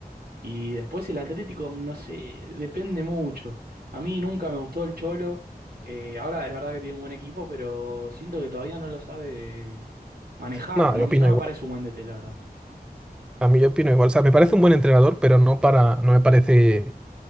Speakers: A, on the right (about 70°); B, in the centre.
A: Y después el Atlético, mm, no sé, depende mucho. A mí nunca me gustó el Cholo. eh, ahora es verdad que tiene un buen equipo, pero siento que todavía no lo sabe manejar.
B: No,
A: No,
B: yo
A: no
B: opino
A: me
B: igual.
A: parece un buen DT, la verdad.
B: A mí yo opino igual. O sea, me parece un buen entrenador, pero no para, no me parece